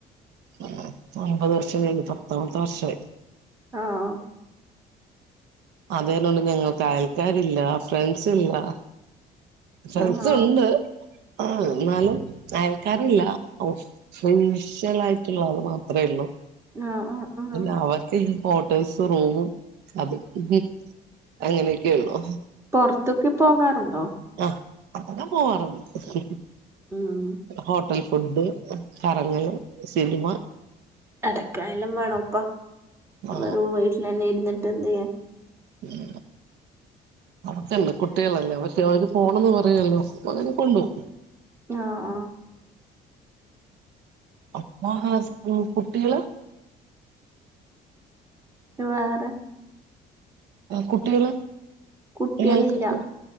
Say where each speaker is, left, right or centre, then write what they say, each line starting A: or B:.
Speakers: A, on the right (about 80°); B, on the right (about 15°).
A: പ്പ ഒൻമ്പത് വർഷം കയ്ഞ്ഞ് പത്താമത്തെ വർഷായ്
B: ആഹ്
A: അതോ <unintelligible> ഞങ്ങൾക്ക് അയൽക്കാരില്ലാ ഫ്രണ്ട്സില്ലാ ഫ്രണ്ട്സ്
B: ആഹ്
A: ഉണ്ട് ആഹ് എന്നാലും അയൽക്കാരില്ല ഔ ഫേഷ്യലായിട്ട്ള്ളഅ് മാത്രേള്ളൂ
B: ആഹ് ആഹ് ആഹ്
A: പിന്നെ അവർക്ക് ഈ കോട്ടെഴ്സ് റൂമും അതും ഉം അങ്ങെനെക്കേള്ളു
B: പാെർത്തൊക്കെ പോകാറുണ്ടോ?
A: ആഹ് അതെല്ലാം പോവാറ്ണ്ട്
B: ഉം ഉം
A: ഹോട്ടൽ ഫുഡ്ഡ് കറങ്ങെല് സിനിമ
B: എടെക്കയെല്ലാം വേണോപ്പാ
A: ആ
B: വെറും വീട്ടിലെന്നെ ഇര്ന്നിട്ടെന്തെയ്യാൻ
A: ഉം അവക്കല്ലേ കുട്ടികളല്ലേ അവറ്റോര് പോണംന്ന് പറയാെല്ലോ പ്പ അങ്ങെനെ കൊണ്ടോം
B: ആഹ് ആഹ്
A: അപ്പാ സ് കുട്ടികള്
B: വേറെ
A: ആഹ് കുട്ടികള്
B: കുട്ടികളില്ല
A: ഇയാൾക്ക്